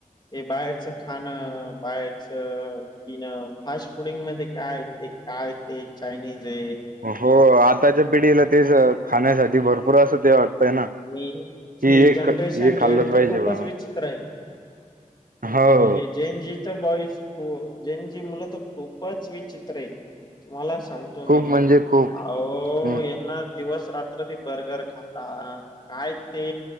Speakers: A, on the left (about 30°); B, on the right (about 90°).
A: हे बाहेरचं खाणं, बाहेरचं पिणं. फास्ट फुडिंग मध्ये, काय ते काय ते चायनीजय.
B: हो, आताच्या पिढीला तेच, खाण्यासाठी भरपूर असं, ते वाट तय ना. ते
A: आणि ही
B: हे
A: जनरेशन
B: ख हे
A: झेड
B: खाल्लं
A: तर
B: पाहिजे
A: खूपच
B: बा.
A: विचित्र आहे
B: हो.
A: जेन जीचा बॉईस ख. जेन जी मुलं तर, खूपच विचित्रय. तुम्हाला सांगतो मी,
B: खूप म्हणजे खूप
A: अहो
B: हम्म
A: यांना दिवस - रात्र ते बर्गर खाता. काय ते